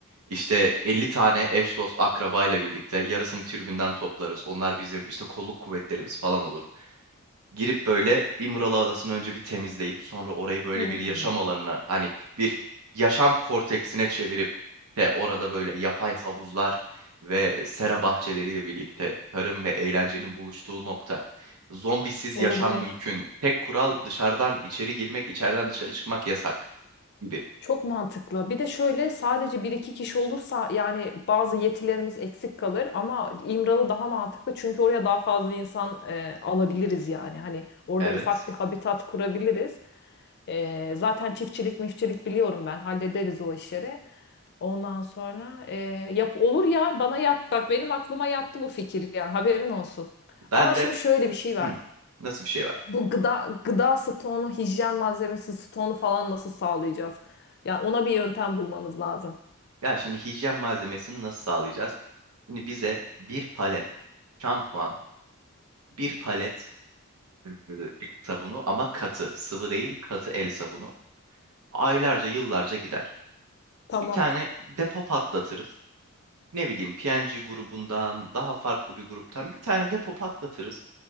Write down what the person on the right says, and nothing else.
işte 50 tane eş dost akrabayla birlikte yarısını tribünden toplarız. Onlar bizim işte kolluk kuvvetlerimiz falan olur. Girip böyle İmralı Adası'nı önce bir temizleyip sonra orayı böyle
bir yaşam alanına hani bir yaşam korteksine çevirip ve orada böyle yapay havuzlar ve sera bahçeleriyle birlikte tarım ve eğlencenin buluştuğu nokta. Zombisiz
yaşam mümkün. Tek kural dışarıdan içeri girmek, içeriden dışarı çıkmak yasak gibi.
Evet.
Ben
de
hı, nasıl bir şey var?
Ya şimdi hijyen malzemesini nasıl sağlayacağız? Şimdi bize bir palet şampuan, bir palet e, el sabunu ama katı. Sıvı değil katı el sabunu. Aylarca yıllarca gider.
Bir tane depo patlatırız. Ne bileyim PNG grubundan daha farklı bir gruptan bir tane depo patlatırız.